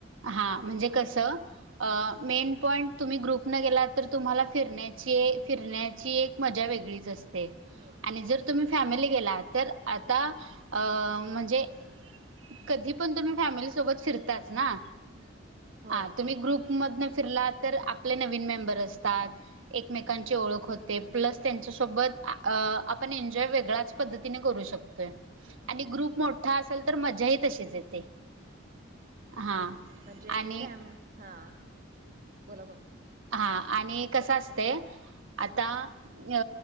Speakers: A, on the right (about 80°); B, on the right (about 40°).
A: हा म्हणजे कसं? अ मेन पॉईंट तुम्ही ग्रुप न गेलात, तर तुम्हाला फिरण्याची, फिरण्याची एक मजा वेगळीच असते.
B: होय.
A: आणि जर तुम्ही फॅमिली गेला, तर आता अ म्हणजे कधी पणं तुम्ही फॅमिली सोबत फिरताच ना?
B: हम्म होय
A: आ तुम्ही ग्रुपमधन फिरला तर, आपले नवीन मेंबर असतात. एकमेकांची ओळख होते. प्लस त्यांच्यासोबत आपण अ एन्जॉय वेगळ्याच पद्धतीने करू शक तोय
B: होय
A: आणि ग्रुप मोठा असेल, तर मजा ही तशीच येते.
B: हा हा.
A: हां
B: म्हणजे
A: आणि
B: फॅम हा. बोला, बोला.
A: हा आणि कस असतय, आता
B: हा
A: अ